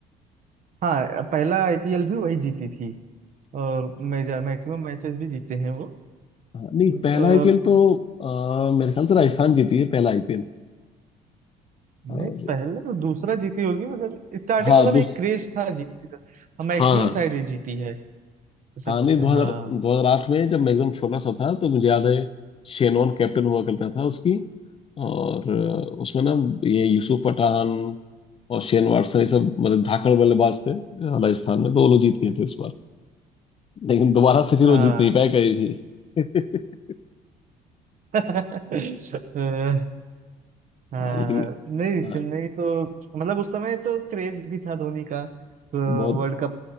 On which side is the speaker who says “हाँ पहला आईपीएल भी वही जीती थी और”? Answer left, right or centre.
Right